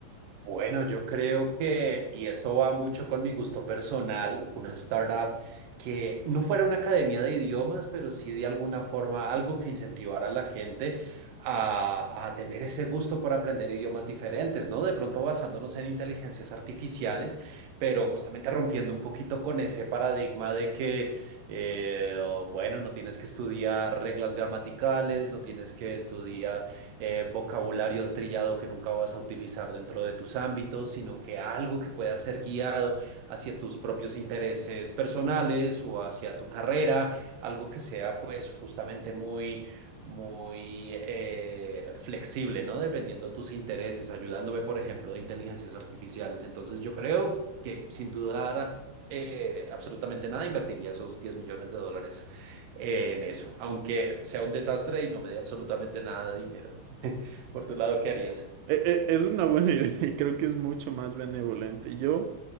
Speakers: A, on the right (about 65°); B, on the right (about 85°).
A: Bueno, yo creo que, y esto va mucho con mi gusto personal, una startup que no fuera una academia de idiomas, pero sí de alguna forma algo que incentivara a la gente a, a tener ese gusto por aprender idiomas diferentes, ¿no? De pronto basándonos en inteligencias artificiales, pero justamente rompiendo un poquito con ese paradigma de que... eh, bueno, no tienes que estudiar reglas gramaticales, no tienes que estudiar eh, vocabulario trillado que nunca vas a utilizar dentro de tus ámbitos, sino que algo que pueda ser guiado hacia tus propios intereses personales o hacia tu carrera, algo que sea pues justamente muy muy eh, flexible, ¿no? Dependiendo de tus intereses, ayudándome, por ejemplo, de inteligencias artificiales. Entonces, yo creo que sin dudar eh, absolutamente nada, invertiría esos 10 millones de dólares eh, en eso, aunque sea un desastre y no me dé absolutamente nada de dinero. <laughs> Por tu lado, ¿qué harías?
B: E- e- Es una buena <laughs> idea y creo que es mucho más benevolente. Yo,